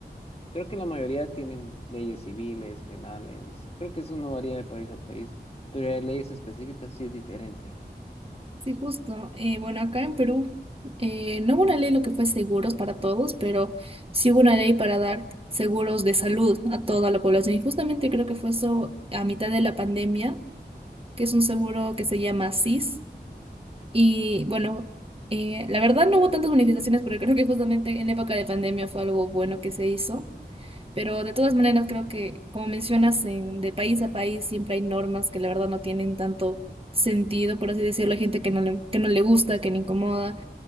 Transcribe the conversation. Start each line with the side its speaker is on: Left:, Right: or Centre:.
Left: Creo que la mayoría tienen leyes civiles, penales. Creo que eso no varía de país a país, pero hay leyes específicas sí es diferente.
Right: Sí, justo. Eh, bueno, acá en Perú eh, no hubo una ley lo que fue seguros para todos, pero sí hubo una ley para dar seguros de salud a toda la población. Y justamente creo que fue eso a mitad de la pandemia, que es un seguro que se llama SIS. Y bueno, eh, la verdad no hubo tantas manifestaciones pero creo que justamente en época de pandemia fue algo bueno que se hizo. Pero de todas maneras, creo que, como mencionas, en, de país a país siempre hay normas que la verdad no tienen tanto sentido, por así decirlo. Hay gente que no le, que no le gusta, que le incomoda,